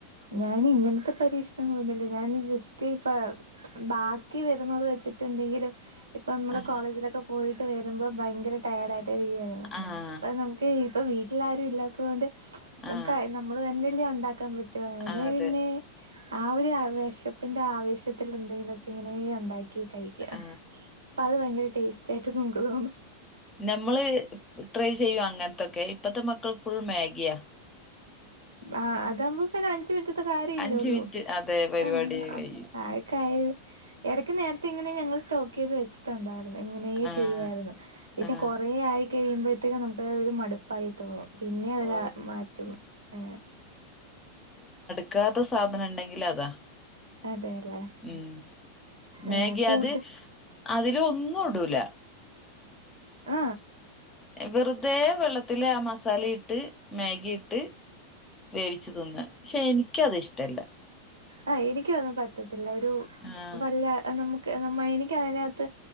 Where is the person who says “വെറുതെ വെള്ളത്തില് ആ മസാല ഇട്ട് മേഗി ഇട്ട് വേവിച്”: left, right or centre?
Left